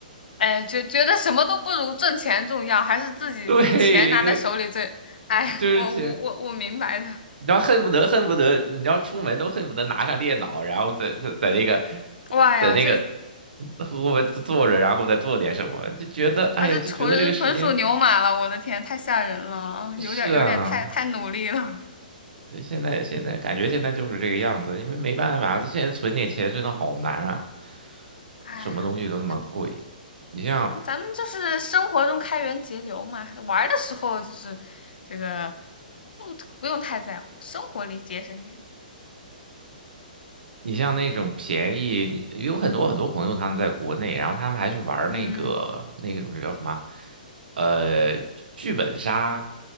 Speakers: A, on the left; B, on the right.
A: 哎，觉觉得什么都不如挣钱重要，还是自己这个钱拿在手里最，
B: 对对，
A: 哎呀，
B: 就是钱，
A: 我我我我明白的。
B: 你知道恨不得恨不得，你知道出门都恨不得拿上电脑，然后在在在那个
A: 哇呀，
B: 在那个
A: 这
B: <laughs> 我坐着，然后再做点什么，就觉得哎呀，
A: 啊这纯纯属牛马了，
B: 就觉得这个时间。
A: 我的天，太吓人了啊，
B: 是啊，
A: 有点有点太太努力了。<laughs>
B: 现在现在感觉现在就是这个样子，因为没办法，这现在存点钱真的好难啊，
A: 哎，
B: 什么东西都那么贵。
A: 那
B: 你像
A: 那咱们就是生活中开源节流嘛，玩儿的时候就是这个，不不用太在乎，生活里节省点。
B: 你像那种便宜，你有很多很多朋友他们在国内，然后他们还去玩儿那个那个种叫什么，
A: 嗯
B: 呃，剧本杀，